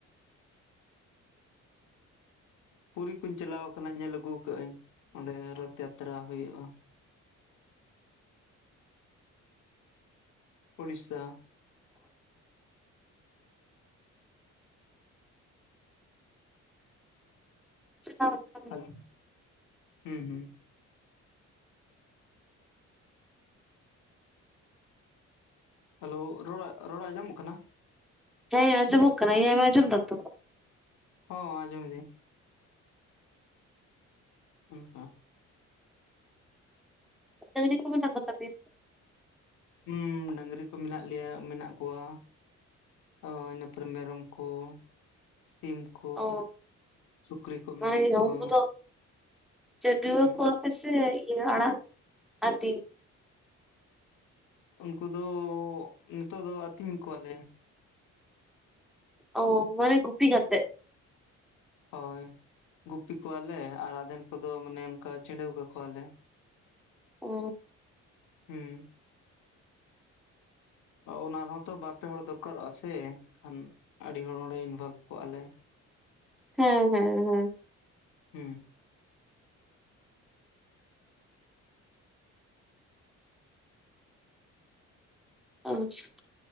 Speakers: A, on the left; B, in the centre.
A: ᱯᱩᱨᱤ ᱠᱩᱧ ᱪᱟᱞᱟᱣ ᱟᱠᱟᱱᱟ ᱧᱮᱞ ᱟᱹᱜᱩ ᱟᱹᱜᱩ ᱠᱟᱜ ᱟᱹᱧ ᱚᱸᱰᱮ ᱨᱚᱛᱷ ᱡᱟᱛᱨᱟ ᱦᱩᱭᱩᱜᱼᱟ, ᱳᱰᱤᱥᱥᱟ᱾
B: <unintelligible> ᱟᱪᱪᱷᱟ
A: <unintelligible> ᱦᱩᱸ ᱦᱩᱸ ᱦᱮᱞᱳ ᱨᱚᱲ ᱨᱚᱲ ᱟᱸᱡᱚ ᱢᱚᱜ ᱠᱟᱱᱟ᱾
B: ᱦᱮᱸ ᱟᱸᱡᱚᱢᱚᱜ ᱠᱟᱱᱟ ᱤᱧᱟᱜ ᱮᱢ ᱟᱸᱡᱚᱢ ᱫᱟ ᱛᱚ,
A: ᱦᱚᱸ ᱟᱸᱡᱚᱢ ᱮᱫᱤᱧ, ᱚᱱᱠᱟ
B: ᱰᱟᱝᱨᱤ ᱠᱩ ᱢᱮᱱᱟᱜ ᱠᱚ ᱛᱟᱯᱮᱭᱟ,
A: ᱦᱩᱸ ᱰᱟᱹᱝᱨᱤ ᱠᱚ ᱢᱮᱱᱟᱜ ᱞᱮᱭᱟ ᱢᱮᱱᱟᱜ ᱠᱚᱣᱟ, ᱚ, ᱤᱱᱟᱹ ᱯᱚᱨᱮ ᱢᱮᱨᱚᱢ ᱠᱚ ᱥᱤᱢ ᱥᱤᱢ ᱠᱚ
B: ᱚ
A: ᱥᱩᱠᱨᱤ ᱠᱚ ᱢᱮᱱᱟᱜ
B: ᱢᱟᱱᱮ
A: ᱠᱚᱣᱟ,
B: ᱩᱱᱠᱩ ᱫᱚ ᱪᱟᱹᱰᱣᱟᱹ
A: ᱦᱩᱸ
B: ᱠᱚᱣᱟᱯᱮ ᱥᱮ ᱤᱭᱟᱹ ᱟᱲᱟᱜ ᱟᱹᱛᱤᱧ,
A: ᱩᱱᱠᱩ ᱫᱚ ᱱᱤᱛᱚᱜ ᱫᱚ ᱟᱹᱛᱤᱧ ᱠᱚᱣᱟᱞᱮ,
B: ᱚ, ᱢᱟᱱᱮ ᱜᱩᱯᱤ ᱠᱟᱛᱮᱜ
A: ᱦᱚᱭ ᱜᱩᱯᱤ ᱠᱚᱣᱟᱞᱮ ᱟᱨ ᱟᱫᱷᱮᱱ ᱠᱚᱫᱚ ᱢᱟᱱᱮ ᱚᱱᱠᱟ ᱪᱟᱹᱰᱤᱟᱹᱣ ᱠᱟᱠᱚᱣᱟᱞᱮ,
B: ᱚ
A: ᱦᱩᱸ ᱚᱱᱟ ᱨᱮ ᱦᱚᱸ ᱛᱚ ᱵᱟᱨ ᱯᱮ ᱦᱚᱲ ᱫᱚᱨᱠᱟᱨᱚᱜᱼᱟ ᱥᱮ ᱮᱱᱠᱷᱟᱱ ᱟᱹᱰᱤ ᱦᱚᱲ ᱚᱸᱰᱮ ᱤᱱᱵᱷᱚᱞᱵᱷ ᱠᱚᱜᱼᱟ ᱞᱮ,
B: ᱦᱮᱸ ᱦᱮᱸ ᱦᱮᱸ,
A: ᱦᱩᱸ
B: ᱟᱪᱷᱟ,